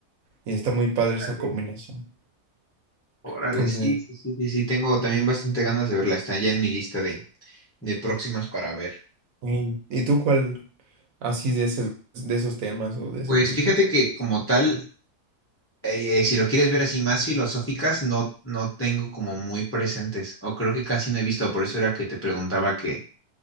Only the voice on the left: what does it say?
Órale,
órale,
sí, sí, sí, sí, sí, tengo también bastante ganas de verla. Está ya en mi lista de, de próximas para ver.
Pues
fíjate que como tal, eh, si lo quieres ver así más filosóficas, no, no tengo como muy presentes, o creo que casi no he visto, por eso era que te preguntaba que,